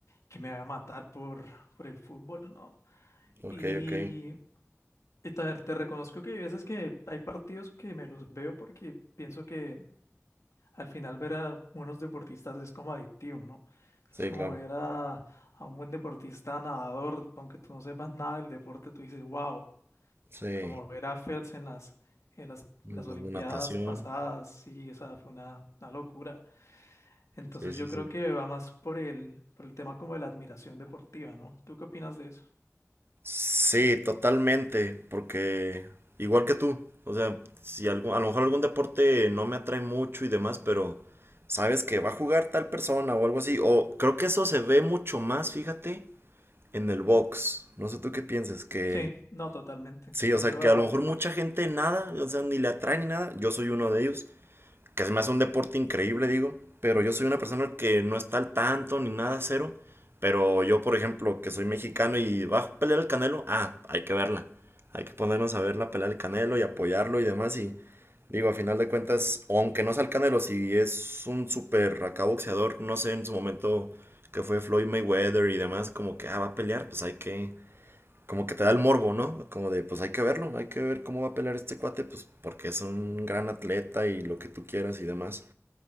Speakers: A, on the left; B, on the right.
A: que me va a matar por, por el fútbol, ¿no?
B: ok,
A: Y,
B: ok.
A: y te, te reconozco que hay veces que hay partidos que me los veo porque pienso que al final ver a buenos deportistas es como adictivo, ¿no?
B: Sí,
A: Es como
B: claro.
A: ver a, a un buen deportista nadador, aunque tú no sepas nada del deporte, tú dices, wow,
B: Sí.
A: como ver a Phelps en las, en las,
B: Los
A: en las Olimpiadas
B: de natación.
A: pasadas, sí, esa fue una, una locura. Entonces
B: Sí, sí,
A: yo creo
B: sí.
A: que va más por el, por el tema como de la admiración deportiva, ¿no? ¿Tú qué opinas de eso?
B: Sí, totalmente, porque igual que tú, o sea, si algún, a lo mejor algún deporte no me atrae mucho y demás, pero sabes que va a jugar tal persona o algo así, o creo que eso se ve mucho más, fíjate, en el box. No sé tú qué piensas, que
A: Sí, no, totalmente.
B: Sí,
A: Tienes
B: o sea,
A: toda
B: que
A: la
B: a
A: razón.
B: lo mejor mucha gente nada, o sea, ni le atrae ni nada. Yo soy uno de ellos, que se me hace un deporte increíble, digo. Pero yo soy una persona que no está al tanto ni nada, cero. Pero yo, por ejemplo, que soy mexicano y va a pelear el Canelo, ah, hay que verla. Hay que ponernos a ver la pelea del Canelo y apoyarlo y demás. Y digo, a final de cuentas, aunque no sea el Canelo, si es un super acá boxeador, no sé en su momento que fue Floyd Mayweather y demás, como que ah, va a pelear, pues hay que, como que te da el morbo, ¿no? Como de, pues hay que verlo, hay que ver cómo va a pelear este cuate, pues porque es un gran atleta y lo que tú quieras y demás.